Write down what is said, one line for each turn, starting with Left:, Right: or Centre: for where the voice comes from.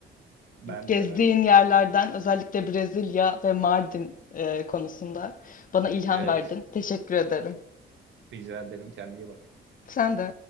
Right: Ben
Left: gezdiğin
Right: de ben de.
Left: yerlerden özellikle Brezilya ve Mardin e, konusunda bana ilham
Right: Evet.
Left: verdin. Teşekkür ederim.
Right: Rica ederim. Kendine iyi bak.
Left: Sen de.